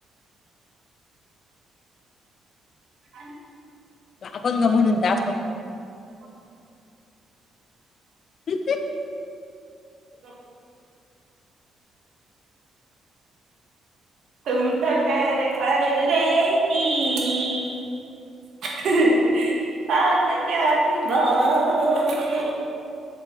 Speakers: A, on the right; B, on the left.
A: अ.
B: अभंग म्हणून दाखव.
A: ह.
B: कती.
A: का. तुम तो खेरे फ रे क. सात क्यास बणे.